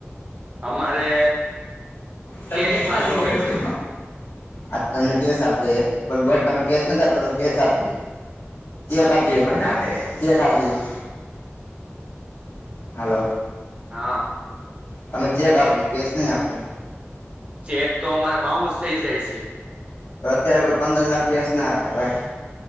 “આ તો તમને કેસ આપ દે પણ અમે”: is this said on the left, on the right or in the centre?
Left